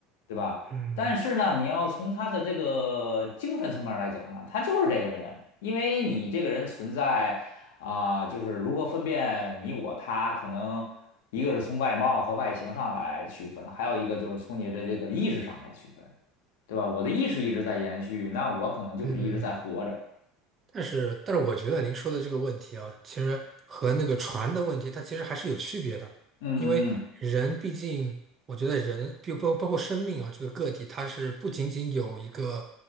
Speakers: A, on the left; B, on the right.
A: 对吧？
B: 嗯
A: 但是呢，你要从他的这个精神层面来讲呢，他就是这个人，因为你这个人存在啊、就是如何分辨你我他，可能一个是从外貌和外形上来区分，还有一个就是从你的这个意识上来区分，对吧？我的意识一直在延续，那我可能就是一直在活着。
B: 嗯。但是，但是我觉得您说的这个问题啊，其实和那个船的问题，它其实还是有区别的，
A: 嗯嗯
B: 因为人毕竟，我觉得人，比包包括生命啊，这个个体，它是不仅仅有一个，